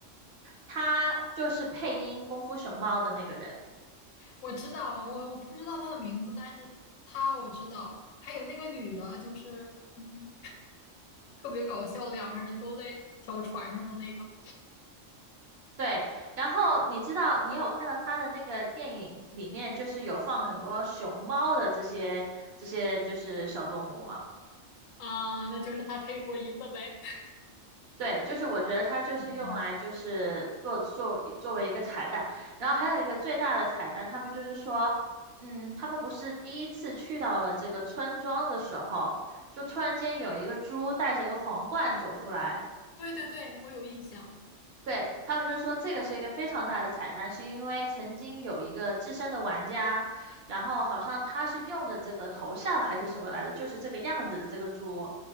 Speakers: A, on the right; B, on the left.
A: 他就是配音《功夫熊猫》的那个人。
B: 我知道，我我不知道他的名字，但是他我知道，还有那个女的，就是嗯，特别搞笑，两个人都在一条船上的那个
A: 对，然后你知道，你有看到他的那个电影里面，就是有放很多熊猫的这些这些就是小动物吗？
B: 啊，那就是他配过音的呗。
A: 对，就是我觉得它就是用来就是做做作为一个彩蛋，
B: 嗯，
A: 然后还有一个最大的彩蛋，他们就是说，嗯，他们不是第一次去到了这个村庄的时候，就突然间有一个猪带着一个皇冠走出来，
B: 对对对，我有印象。
A: 对，他们就说这个是一个非常大的彩蛋，是因为曾经有一个资深的玩家，然后好像他是用的这个头像还是什么来着，就是这个样子的这个猪。